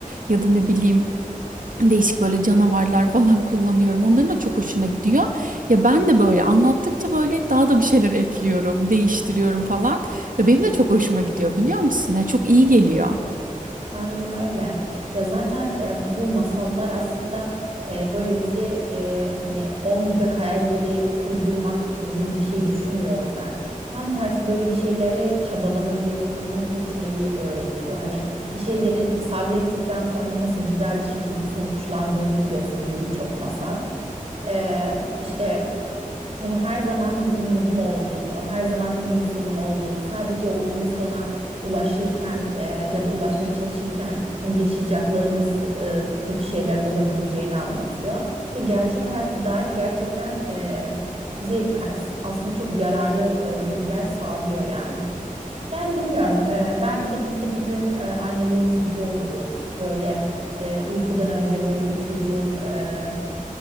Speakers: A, on the right (about 70°); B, on the right (about 45°).
A: ya da ne bileyim değişik böyle canavarlar falan <laughs> kullanıyorum. Onların da çok hoşuna gidiyor. Ya ben de böyle anlattıkça böyle daha da bir şeyler ekliyorum, değiştiriyorum falan. Ya benim de çok hoşuma gidiyor biliyor musun? Ya çok iyi geliyor.
B: Aynen öyle. Ya zaten e, bu masallar aslında e, böyle bizi e, hani olmayacak hayalleri kurdurmak gibi bir şey düşünmüyorum ben. Tam tersi böyle bir şeylere çabalamayı, umut etmeyi öğretiyor. Hani bir şeylerin sabrettikten sonra nasıl güzel bir şekilde sonuçlandığını gösteriyor birçok masal. İşte işte Hani her zaman bir umudun olduğunu, her zaman iyi bir sonun olduğunu, sadece o iyi sona ulaşırken e, ya da ulaşmaya çalışırken hani yaşayacaklarımız e, kötü şeyler olabileceğini anlatıyor. Ve gerçek hayata dair gerçekten e, bize as- aslında çok yararlı e, bilgiler sağlıyor yani. Yani bilmiyorum, e, belki de biz de bir gün e, annelerimiz gibi oluruz. Böyle e, uykudan önce böyle bir çocuğun e,